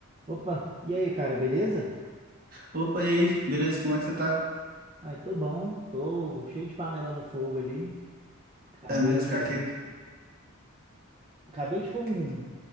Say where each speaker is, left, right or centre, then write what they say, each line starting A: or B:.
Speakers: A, on the right; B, on the right.
A: Opa, e aí, cara, beleza?
B: Opa, e aí? Beleza, como é que você tá?
A: Ai, tô bom, tô cheio de panela no fogo ali. Acabei
B: É mesmo,
A: de,
B: cara? Que,
A: acabei de pôr um,
B: que,